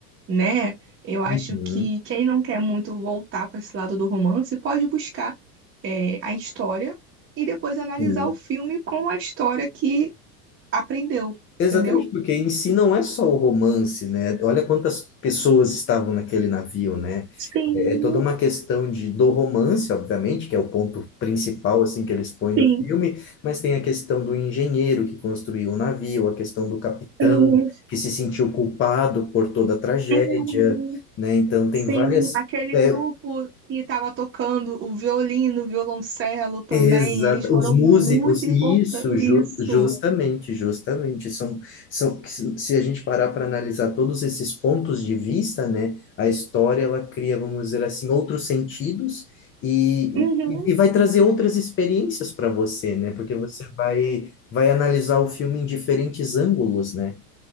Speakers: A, on the right; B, on the left.
A: né? Eu acho
B: Uhum,
A: que quem não quer muito voltar para esse lado do romance pode buscar é, a história e depois analisar
B: sim.
A: o filme com a história que aprendeu,
B: Exatamente,
A: entendeu?
B: porque em si não é só o romance, né? Olha quantas pessoas estavam naquele navio, né?
A: Sim,
B: É é toda uma questão de, do romance, obviamente, que é o ponto principal, assim, que eles põem no
A: sim.
B: filme, mas tem a questão do engenheiro que construiu o navio, a questão do capitão
A: Sim,
B: que se sentiu culpado por toda a tragédia,
A: Uhum.
B: né? Então, tem
A: Sim.
B: várias.
A: aquele
B: é,
A: grupo que estava tocando o violino, o violoncelo também,
B: Exato,
A: eles foram
B: os músicos,
A: muito importantes.
B: e isso, ju- justamente,
A: Isso.
B: justamente, são, são, que se se a gente parar para analisar todos esses pontos de vista, né, a história, ela cria, vamos dizer assim, outros sentidos e,
A: Uhum.
B: e, e vai trazer outras experiências para você, né, porque você vai, vai analisar o filme em diferentes ângulos, né?